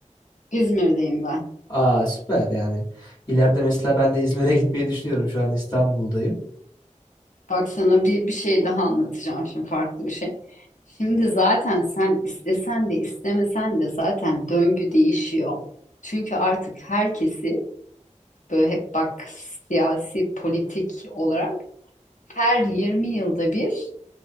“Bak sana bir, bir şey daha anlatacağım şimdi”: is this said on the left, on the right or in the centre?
Left